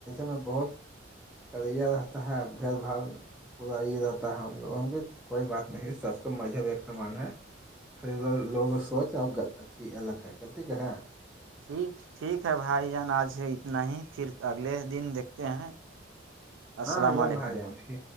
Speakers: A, in the centre; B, on the right.
A: میں بہت کری رہتا ہے بھید بھا پورا یہ رہتا ہے ہم لوگوں کی کوئی بات نہیں سب کو مذہب ایک سمان ہے خریدو لوگوں سوچ آ اھی الگ ہے غلطی کا ہے
B: ٹھیک ٹھیک ہے بھائی جان آج اتنا ہی پھر اگلے دن دیکھتے ہیں
A: ہاں
B: السلام
A: ایک دم
B: علیکم
A: آائی جم سے